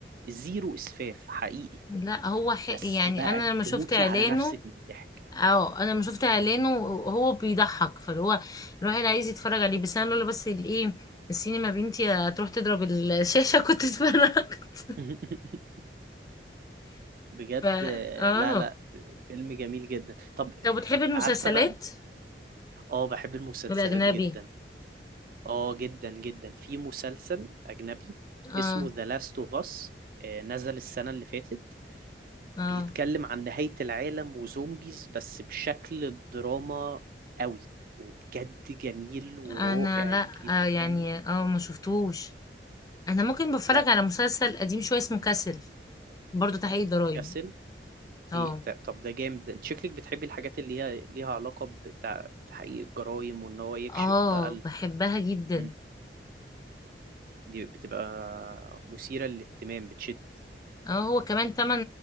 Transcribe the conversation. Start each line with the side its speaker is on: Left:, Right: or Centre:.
Right: زيرو اسفاف حقيقي
Left: لا هو ح...
Right: بس
Left: يعني
Right: بقى
Left: انا لما
Right: تموتي
Left: شفت اعلانه
Right: على نفسك من الضحك
Left: اه انا لما شفت اعلانه
Right: مم.
Left: هو بيضحك فاللي هو الواحد عايز يتفرج عليه بس انا لولا بس الايه السينما بنتي هتروح تضرب الشاشة <laughs> كنت اتفرجت
Right: <laughs> بجد
Left: ف
Right: آه،
Left: اه
Right: لا لا آه، فيلم جميل جدا طب آه،
Left: طب بتحب المسلسلات
Right: عارفه بقى اه بحب المسلسلات
Left: الاجنبي
Right: جدا اه جدا جدا في مسلسل اجنبي
Left: اه
Right: اسمه ذا لاست اوف اس نزل السنه اللي فاتت
Left: اه
Right: بيتكلم عن نهاية العالم وزومبيز بس بشكل دراما قوي وبجد جميل ورائع
Left: انا لا
Right: جدا
Left: آه يعني اه ما شفتوش انا ممكن بتفرج
Right: لا
Left: على
Right: ج-
Left: مسلسل قديم شوية اسمه كاسل برضو تحقيق ضرايب
Right: ياسل
Left: اه
Right: بي... ده... طب ده جامد ده انت شكلك بتحبي الحاجات اللي هي ليها علاقة بتع... بتحقيق الجرائم وان هو يكشف
Left: اه
Right: بقى ال...
Left: بحبها جدا
Right: مم. دي بتبقى مثيرة للاهتمام بتشد
Left: اه هو كمان تمن